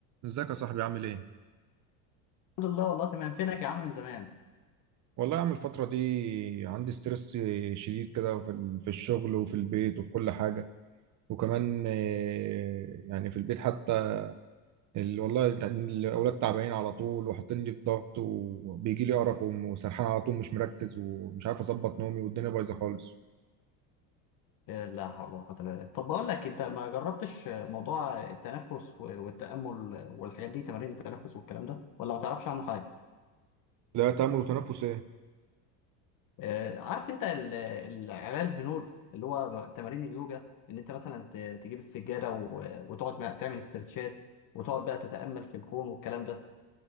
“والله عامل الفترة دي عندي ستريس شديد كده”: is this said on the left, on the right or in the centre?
Right